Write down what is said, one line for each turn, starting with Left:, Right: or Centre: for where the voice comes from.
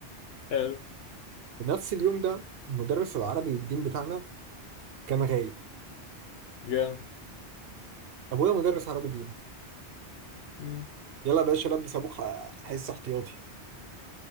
Left: حلو
Right: في نفس اليوم ده المدرس العربي والدين بتاعنا كان غايب
Left: جامد
Right: ابويا مدرس عربي دين
Left: مم.
Right: يلا يا باشا لبس ابوك ح- حصه احتياطي